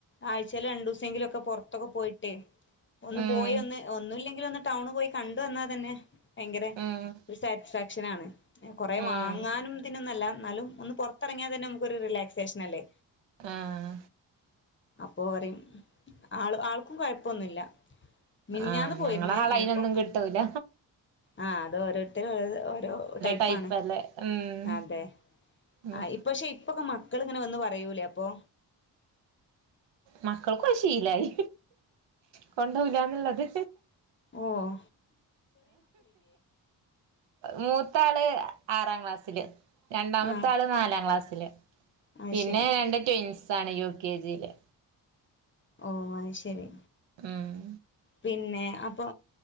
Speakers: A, on the left; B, on the right.
A: ആഴ് ച്ചേല് രണ്ടൂസെങ്കിലും പൊറത്തൊക്കെ പോയിട്ടേ ഒന്ന്
B: ഉം
A: പോയൊന്ന് ഒന്നുല്ലെങ്കിലൊന്ന് ടൗൺ പോയി കണ്ട് വന്നാ തന്നെ ഭയങ്കര
B: ഉം
A: ഒര് സാറ്റിസ്ഫാക്ഷനാണ്. കൊറേ
B: ഉം
A: വാങ്ങാനുതിനൊന്നല്ല എന്നാലും ഒന്ന് പൊറത്തെറങ്ങ്യാ തന്നെ അമ്മക്കൊര് റിലാക്സേഷനല്ലേ
B: ആഹ്.
A: അപ്പൊ പറയും ആള് ആൾക്കും കൊഴപ്പൊന്നുല്ല. മിനിഞ്ഞാന്ന്
B: ആഹ്
A: പോയിര്ന്നെ
B: ഞങ്ങളെ ആള്
A: ഇനിയിപ്പോ,
B: അയിനൊന്നും കിട്ടൂല
A: ആഹ് അത് ഓരോര്ത്തര് ഓരോ ടെെപ്പാണ്
B: ടൈപ്പല്ലേ ഉം
A: അതെ
B: ഉം
A: ആഹ് ഇ പക്ഷെ ഇപ്പൊക്കെ മക്കള്ങ്ങനെ വന്ന് പറയൂലപ്പോ?
B: മക്കള്ക്കും അത് ശീലായി കൊണ്ടോവുലാന്ന്ള്ളത്.
A: ഓഹ്
B: മൂത്താള് ആറാം ക്ലാസ്സില്. രണ്ടാമത്താള്
A: ആഹ്
B: നാലാം ക്ലാസ്സില്
A: അത്
B: പിന്നെ
A: ശരി
B: രണ്ട് ട്വിന്സാണ് യു കെ ജീല്.
A: ഓഹ് അഹ് ശരി.
B: ഉം
A: പിന്നെ അപ്പൊ